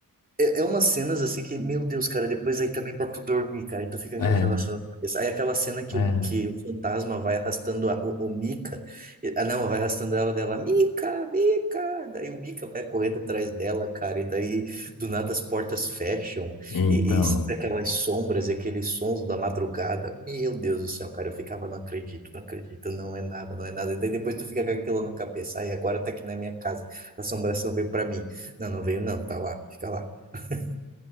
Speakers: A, on the right; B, on the left.
A: É, é umas cenas assim que, meu Deus, cara, depois aí também pra tu dormir, cara, e tu fica
B: É,
A: com aquela cena na cabeça. Aí aquela cena que
B: é.
A: o, que o fantasma vai arrastando a, o, o Mika, e- ah não, vai arrastando ela dela, Mika, Mika, daí o Mika vai correndo atrás dela, cara, e daí do nada as portas fecham,
B: Então.
A: e, e sempre aquelas sombras e aqueles sons da madrugada, meu Deus do céu, cara, eu ficava, não acredito, não acredito, não é nada, não é nada, e daí depois tu fica com aquilo na cabeça, aí agora tá aqui na minha casa, a assombração veio pra mim, não, não veio não, tá lá, fica lá. <laughs>